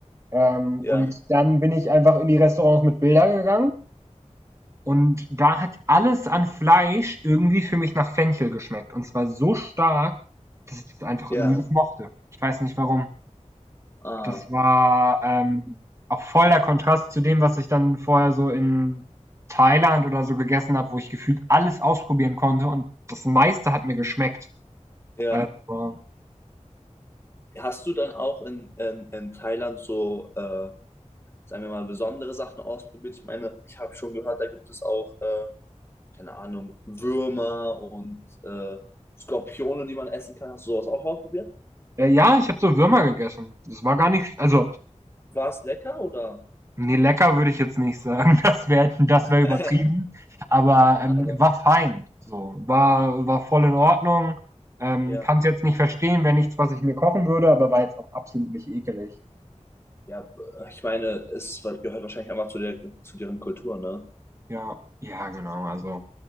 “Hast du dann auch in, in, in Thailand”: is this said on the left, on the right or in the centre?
Left